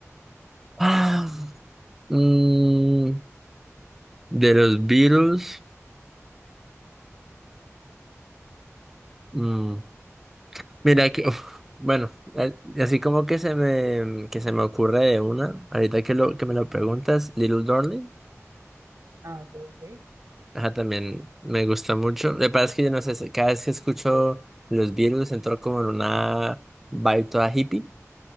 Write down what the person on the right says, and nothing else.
Ah, ok, ok.